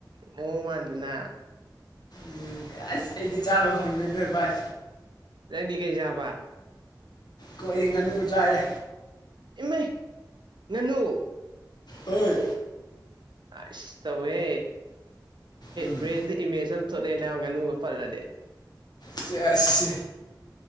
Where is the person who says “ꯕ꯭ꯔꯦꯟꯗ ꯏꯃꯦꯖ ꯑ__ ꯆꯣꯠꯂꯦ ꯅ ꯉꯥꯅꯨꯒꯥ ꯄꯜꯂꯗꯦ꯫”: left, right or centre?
Right